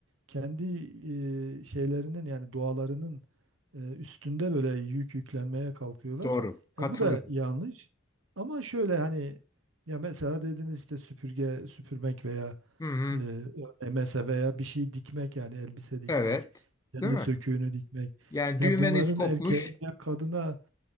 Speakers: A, on the right; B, on the left.
A: kendi e, şeylerinin yani doğalarının e, üstünde böyle yük yüklenmeye kalkıyorlar.
B: doğru. Katılıyorum.
A: Ya bu da yanlış. Ama şöyle hani ya mesela dediniz işte süpürge süpürmek veya
B: Hı hı.
A: e, örmese veya bir şey dikmek yani elbise dikmek,
B: Evet.
A: kendi
B: Değil mi?
A: söküğünü dikmek.
B: Yani
A: Ya
B: düğmeniz
A: bunların
B: kopmuş.
A: erkeğe veya kadına <laughs>